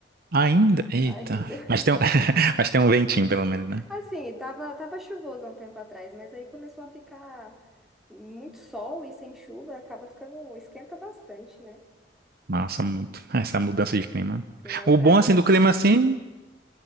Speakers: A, on the right; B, in the centre.
A: Ainda. Eita.
B: Ainda.
A: Mas
B: <laughs>
A: tem um, <laughs> mas tem um ventinho, pelo menos, né?
B: Assim, tava, tava chuvoso há um tempo atrás, mas aí começou a ficar muito sol e sem chuva, acaba ficando, esquenta bastante, né?
A: Massa, muito. <laughs> Essa mudança de clima.
B: Assim, aí
A: O
B: pra
A: bom, assim,
B: ir
A: do clima, assim,